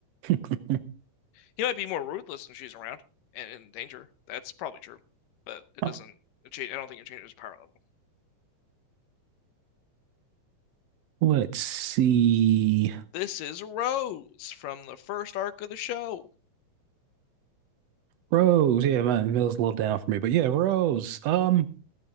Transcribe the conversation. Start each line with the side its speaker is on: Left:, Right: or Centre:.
Right: <laughs>
Left: He might be more ruthless when she's around and in danger. That's probably true, but it
Right: Huh.
Left: doesn't change. I don't think it changes power level.
Right: Let's see.
Left: This is Rose from the first arc of the show.
Right: Rose, yeah, man, Mill's a little down for me, but yeah, Rose. Um,